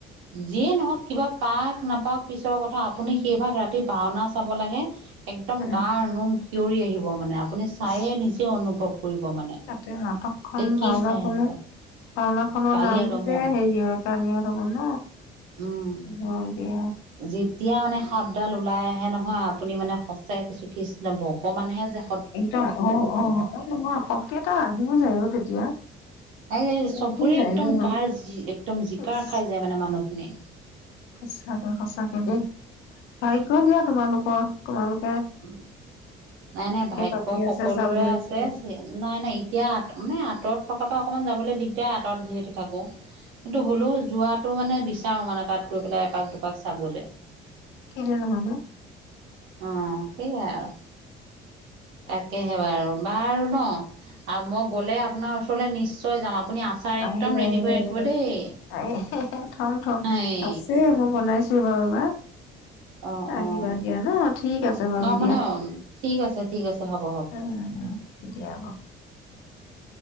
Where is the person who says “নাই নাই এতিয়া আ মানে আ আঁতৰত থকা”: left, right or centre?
Right